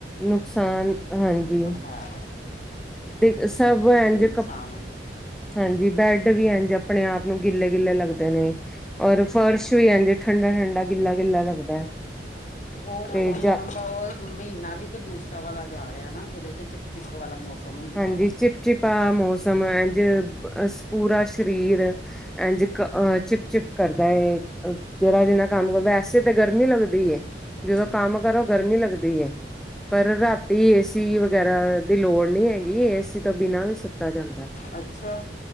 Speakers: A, in the centre; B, on the left.
A: ਨੁਕਸਾਨ ਹਾਂਜੀ‌
B: ਹਾਂ।
A: ਦੇ ਸਭ ਐ ਜੇਕ।
B: ਨੁਕਸਾਨ ਹੈ।
A: ਹਾਂਜੀ ਬੈਡ ਵੀ ਐ ਜੇ ਆਪਣੇ ਆਪ ਨੂੰ ਗਿੱਲੇ ਗਿੱਲੇ ਲੱਗਦੇ ਨੇ ਔਰ ਫਰਸ਼। ਵੀ ਆਹਦੇ ਠੰਡਾ ਠੰਡਾ ਗਿੱਲਾ ਗਿੱਲਾ ਲੱਗਦਾ ਹੈ।
B: ਉਹ
A: ਤੇ ਜਾ
B: ਹੁਣ। ਉਹ ਮਹੀਨਾ ਵੀ ਤੇ ਦੂਸਰਾ ਵਾਲਾ ਜਾ ਰਿਹਾ ਨਾ ਜਿਹਦੇ ਚ ਚਿਪ ਚਿਪ ਵਾਲਾ ਮੌਸਮ। ਹੁੰਦਾ
A: ਹਾਂਜੀ
B: ਵੇ
A: ਚਿਪ ਚਿਪ ਆ ਮੌਸਮ ਅਜ। ਅ ਪੂਰਾ ਸਰੀਰ ਐਂ ਚਿ। ਚਿਪ ਕਰਦਾ ਹੈ ਜਿਹੜਾ ਜਿੰਨਾ ਕੰਮ ਕਰਦਾ ਵੈਸੇ ਤੇ ਗਰਮੀ ਲੱਗਦੀ। ਜਦੋਂ
B: ਹਾਂਜੀ
A: ਕੰਮ
B: ਹਾਂਜੀ
A: ਕਰੋ ਗਰਮੀ ਲੱਗਦੀ ਹੈ। ਪਰ ਰਾਤੀ ਏਸੀ ਵਗੈਰਾ ਦੀ ਲੋੜ ਨਹੀਂ ਹੈਗੀ ਏਸੀ ਤੋਂ ਬਿਨਾ ਵੀ ਸੁੱਤਾ ਜਾਂਦਾ।
B: ਅੱਛਾ।